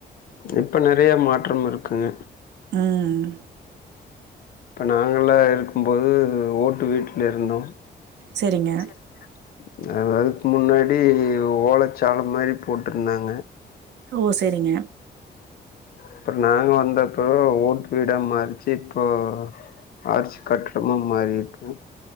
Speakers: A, on the left; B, on the right.
A: இப்ப நெறையா மாற்றம் இருக்குங்க
B: ம்
A: இப்ப நாங்கல்லா இருக்கும்போது ஓட்டு வீட்ல இருந்தோ
B: செரிங்க
A: செரிங்க அதுக்கு முன்னாடி ஓலச்சால மாரி போட்ருந்தாங்க
B: ஓ செரிங்க
A: அப்பறோ நாங்க வந்தப்பறோ ஓட்டு வீட மாருச்சி இப்போ ஆர்ச் கட்டடமா மாரி இருக்கு